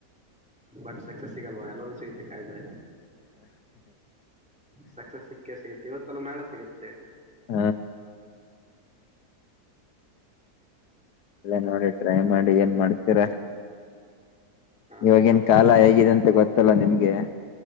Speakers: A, in the centre; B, on the left (about 80°).
A: ಬಟ್ ಸಕ್ಸಸ್ ಸಿಗಲ್ವಾ ಎಲ್ಲಾದು ಸಿಗುತ್ತೆ ಕಾಯಿದ್ರೆ. ಸಕ್ಸಸ್ ಸಿಕ್ಕೆ ಸಿಗತ್ತೆ ಇವತ್ತಲ್ಲ ನಳೆ ಸಿಗತ್ತೆ.
B: ಹಾ. ಎಲ್ಲ ನೋಡಿ ಟ್ರೈ ಮಾಡಿ ಏನ್ ಮಾಡ್ತೀರ.
A: ಹಾ
B: ಇವಾಗಿನ್
A: ಬ್ರೋ
B: ಕಾಲ ಹೇಗಿದೆ ಅಂತ ಗೊತ್ತಲ್ಲ ನಿಮ್ಗೆ.